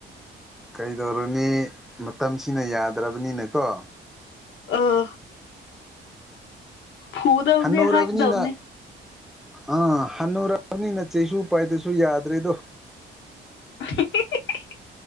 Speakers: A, in the centre; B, on the left (about 70°).
A: ꯀꯩꯗꯧꯔꯨꯅꯤ ꯃꯇꯝꯁꯤꯅ ꯌꯥꯗ꯭ꯔꯕꯅꯤꯅꯀꯣ
B: ꯑꯣ ꯐꯨꯗꯕꯅꯦ
A: ꯍꯟꯅꯨꯔꯕꯅꯤꯅ
B: ꯍꯥꯠꯀꯗꯕꯅꯦ
A: ꯍꯥ ꯍꯟꯅꯨꯔꯛꯔꯕꯅꯤꯅ ꯆꯩꯁꯨ ꯄꯥꯏꯗ꯭ꯔꯁꯨ ꯌꯥꯗ꯭ꯔꯦꯗꯣ
B: <inaudible>